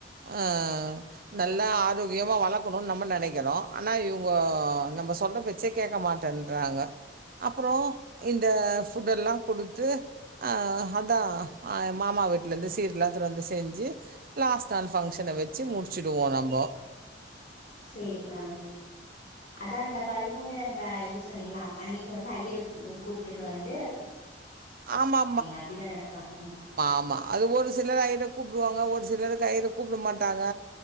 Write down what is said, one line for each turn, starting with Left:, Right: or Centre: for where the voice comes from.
Right: ம் நல்ல ஆரோக்கியமாக வளர்க்கணுன் நம்ம நினைக்கிறோம் ஆனால் இவங்க நம்ம சொல்ற பேச்சே கேட்க மாட் டன்றாங்க அப்புறம் இந்த புட் எல்லாம் கொடுத்து அஹ் அதான் மாமா வீட்டுல இருந்து சீர்லா எடுத்துட்டு வந்து செஞ்சு லாஸ்ட் நாள் பங்க்ஷனை வச்சு முடிச்சுடுவோம் நம்ப
Left: சரிக்கா அதான் அந்த பதிமூணு அந்த இது சொன்னீங்களா அன்னைக்கு வந்து ஐயரு கூப்ட்டுட் வந்
Right: ஆமா
Left: அப்டிதானக்கா ம்
Right: ஆமா அது ஒரு சிலர் ஐயர கூப்புடுவாங்க ஒரு ஒரு சிலர் ஐயிற கூப்பிட மாட்டாங்க